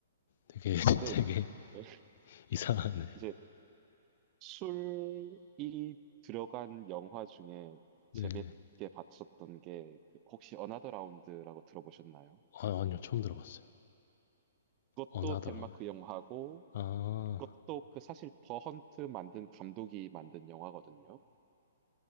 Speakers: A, on the left (about 50°); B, on the right (about 30°).
A: 되게 <laughs>
B: 근데
A: 되게
B: <laughs>
A: 이상하네
B: 이제 술이 들어간 영화 중에
A: 네네
B: 재밌게 봤었던 게그 혹시 어나더 라운드라고 들어보셨나요?
A: 아, 아니요 처음 들어봤어요
B: 그것도
A: 어나더라운
B: 덴마크 영화고,
A: 아음
B: 그것도 그 사실 더 헌트 만든 감독이 만든 영화거든요.